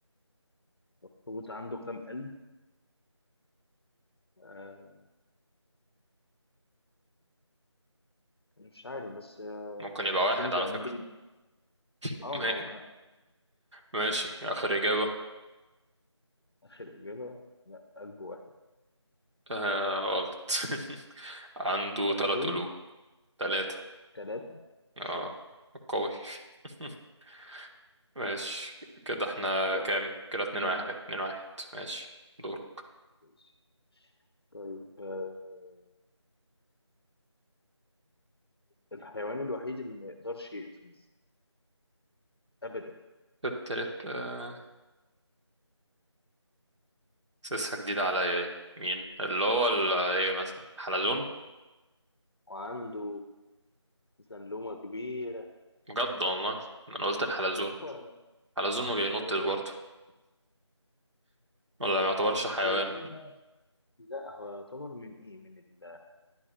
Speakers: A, on the left (about 55°); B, on the right (about 70°).
A: الأخطبوط عنده كام قلب؟ آه مش عارف بس
B: ممكن يبقى
A: اي
B: واحد
A: ثينك
B: على
A: قلبين
B: فكرة <laughs>
A: اه ما هو
B: ماشي آخر إجابة
A: آخر إجابة لا قلب واحد
B: آه غلط <laughs> عنده
A: قلبين
B: تلات قلوب تلاتة
A: ثلاثة
B: اه
A: شهر
B: قوي <laughs> ماشي كده احنا
A: طيب
B: كام كده اتنين
A: اتنين
B: واحد
A: واحد
B: اتنين واحد ماشي دورك
A: ماشي. طيب آه الحيوان الوحيد اللي ما يقدرش يقفز أبدا
B: التالت آه، سيسها جديدة عليا دي مين اللي هو ال- ايه مثلا حلزون
A: وعنده زنلومة كبيرة
B: بجد والله انا قلت الحلزون
A: <laughs>
B: حلزون ما بينطش
A: حلزون
B: برضه ولا
A: لا
B: ما يعتبرش
A: الحلزون
B: حيوان
A: ده لا هو يعتبر من ايه من ال-